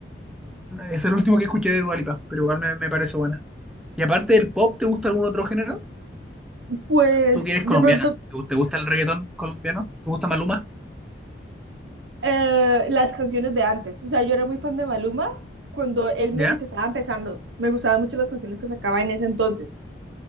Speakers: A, in the centre; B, on the right.
A: es el último que escuché de Dua Lipa, pero igual me, me parece buena. Y aparte del pop, ¿te gusta algún otro género?
B: Pues
A: tú que eres
B: de
A: colombiana,
B: pronto
A: ¿te gu- te gusta el reggaetón colombiano? ¿Te gusta Maluma?
B: eh, las canciones de antes. O sea, yo era muy fan de Maluma cuando él
A: ¿Ya?
B: medio que estaba empezando. Me gustaban mucho las canciones que sacaba en ese entonces.